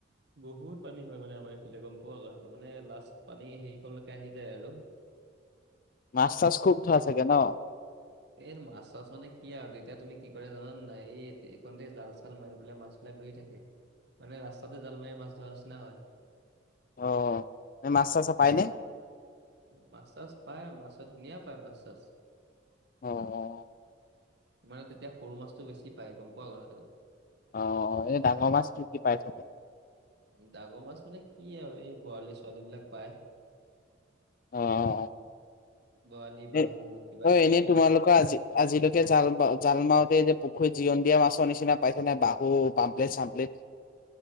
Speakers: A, on the right (about 55°); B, on the left (about 45°).
A: বহুত পানী হয় মানে আমাৰ এইফালে গম পোৱা। কথাটো মানে লাষ্ট পানী সেইকন লৈকে আহি যায় আৰু।
B: মাছ চাছ খুব ধৰা চাগে ন?
A: এই মাছ চাছ মানে কি আৰু তেতিয়া তুমি কি কৰে জান নাই এই এইকনতে জাল চাল মাৰি পেলাই মাছ এইবিলাক ধৰি থাকে মানে ৰাস্তাতে জাল মাৰি মাছ ধৰা নিচিনা হয়।
B: অ'অ এই মাছ চাচ পায়নে?
A: মাছ চাছ পায় মাছ ধুনীয়া পায় মাছ চাছ
B: অ', অ
A: মানে তেতিয়া সৰু মাছটো বেছি পায় গম পোৱা কথাটো।
B: অ', অ, এই ডাঙৰ মাছটো কি কি পাইছে?
A: ডাঙৰ মাছ মানে কি আৰু এই বৰালি চৰালী বিলাক পাই।
B: অ', অ, অ,
A: বৰালি বাহু
B: এ
A: কিবা
B: অ এনেই
A: কিবি
B: তোমালোকৰ আজি আজিলৈকে জালা জাল মাৰোতে যে পুখুৰীত জিৰণ দিয়া মাছৰ নিচিনা পাইছে নে বাহু পাম্প্লেট চাম্প্লেট